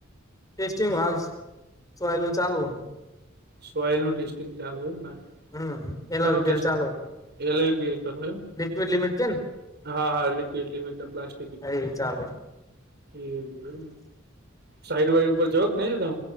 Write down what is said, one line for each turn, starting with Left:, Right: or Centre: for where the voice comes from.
Left: ટેસ્ટિંગ વા સલું ચાલુ હો.
Right: સોયલ નું ટેસ્ટિંગ ચાલુ હોય ને.
Left: હમ એલા
Right: શેનું
Left: ગ
Right: ટેસ્ટ
Left: ચાલો,
Right: એલ એલ પી એલ કરો એમ
Left: લિક્વીિડ લિમિટ કે?
Right: હા હા લિક્વિડ લિટ પ્લાસ્ટિક
Left: અ એ ચાલો.
Right: એ બ સાઈડ વાઈ ઉપર જ કે નઈ ત?